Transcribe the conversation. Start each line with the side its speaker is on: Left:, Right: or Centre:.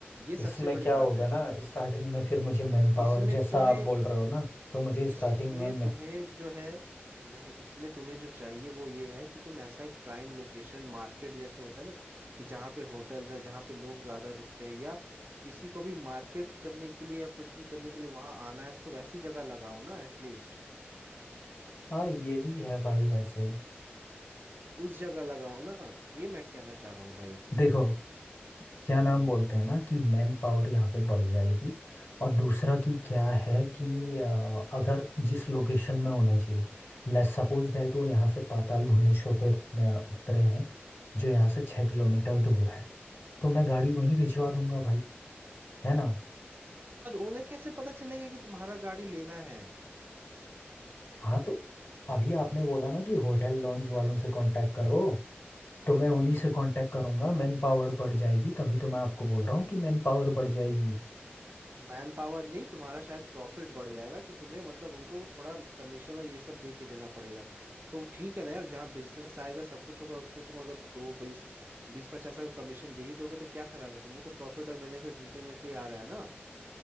Right: ये सबसे
Left: इसमें
Right: बड़ी
Left: क्या होगा
Right: बात है
Left: ना स्टार्टिंग में फिर मुझे मैन
Right: तो
Left: पावर
Right: इसमें
Left: जैसा
Right: तुम्हें
Left: आप बोल रहे हो ना तो मुझे स्टार्टिंग
Right: इसमें
Left: में मैं
Right: तुम्हें जो है नहीं इसमें तुम्हें जो चाहिए वो ये है कि तुम ऐसा एक प्राइम लोकेशन मार्केट जैसे होता है ना कि जहाँ पे होटल्स है जहाँ पे लोग ज्यादा रुकते हैं या किसी को भी मार्केट करने के लिए या कुछ भी करने के लिए वहां आना है तो वैसी जगह लगाओ ना एटलीस्ट
Left: हाँ ये भी है भाई वैसे
Right: उस जगह लगाओ ना ये मैं कहना चाह रहा हूँ भाई
Left: देखो क्या नाम बोलते हैं ना कि मैन पावर यहाँ पे बढ़ जाएगी और दूसरा कि क्या है कि अ, अगर जिस लोकेशन में होना चाहिए लेट्स सपोज दैट वो यहाँ से पाताल भुवनेश्वर पे अ, उतरे हैं जो यहाँ से छः किलोमीटर दूर है तो मैं गाड़ी वहीं भिजवा दूंगा भाई है ना
Right: और उन्हें कैसे पता चलेगा कि तुम्हारा गाड़ी लेना है
Left: हाँ तो अभी आपने बोला ना कि होटल लॉन्ज वालों से कांटेक्ट करो तो मैं उन्हीं से कांटेक्ट करूंगा
Right: हाँ
Left: मैन पावर बढ़ जाएगी तभी तो मैं आपको बोल रहा हूँ कि मैन पावर बढ़ जाएगी
Right: मैन पावर नहीं तुम्हारा शायद प्रॉफिट बढ़ जाएगा कि तुम्हें मतलब उनको थोड़ा कमीशन और ये सब दे के देना पड़ेगा तो ठीक है ना यार जहाँ बिजनेस आएगा सब कुछ होगा उसमें तुम अगर दो बीस बीस पचास का कमीशन दे ही दोगे तो क्या खराब है तुम्हें तो प्रॉफिट और बेनिफिट अल्टीमेटली आ रहा है ना